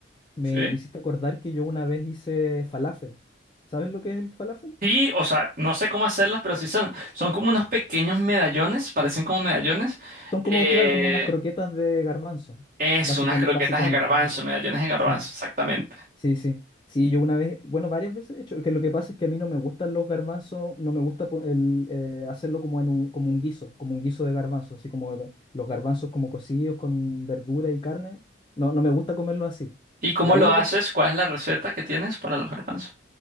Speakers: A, on the left; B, on the right.
A: me,
B: Sí.
A: me hiciste acordar que yo una vez hice falafel. ¿Sabes lo que es el falafel?
B: Sí, o sea, no sé cómo hacerlas, pero sí son, son como unos pequeños medallones, parecen como medallones,
A: Son como,
B: eh,
A: claro, como unas croquetas de garbanzo,
B: Es
A: básica-
B: unas croquetas
A: básicamente.
B: de garbanzo, medallones de garbanzo,
A: Sí,
B: exactamente.
A: sí, sí. Sí, yo una vez, bueno, varias veces he hecho, que lo que pasa es que a mí no me gustan los garbanzos, no me gusta po- el, eh, hacerlo como en un, como un guiso, como un guiso de garbanzos, así como los garbanzos como cocidos con verdura y carne. No, no me gusta comerlo así.
B: ¿Y cómo
A: La única,
B: lo haces?
A: fo-
B: ¿Cuál es la receta que tienes para los garbanzos?